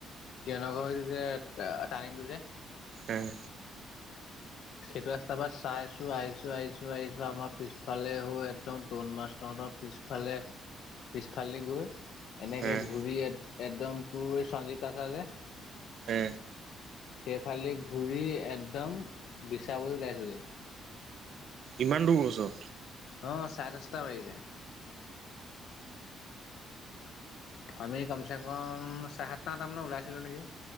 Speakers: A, on the left; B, on the right.
A: কিয়নো ঘৰৰ এইটো যে টানিঙটো যে
B: উম,
A: সেইটো ৰাস্তাৰ পৰা চাইছো আহিছো আহিছো আহিছো আমাৰ পিছফালে হৈ একদম তৰুণ মাষ্টৰ আমাৰ পিছফালে পিছফালেদি গৈ এনেকে
B: উম,
A: ঘূৰি একদম তোৰ সঞ্জীৱ কাঠা যে
B: এ
A: সেইফালে ঘূৰি একদম বিচাবৈ ওলাইছে গৈ
B: ইমান দূৰ গছ
A: অ চাৰে দচটা বাজিছে আমি কমছে কম চাৰে সাত আঠটামানত ওলাইছিলো নেকি?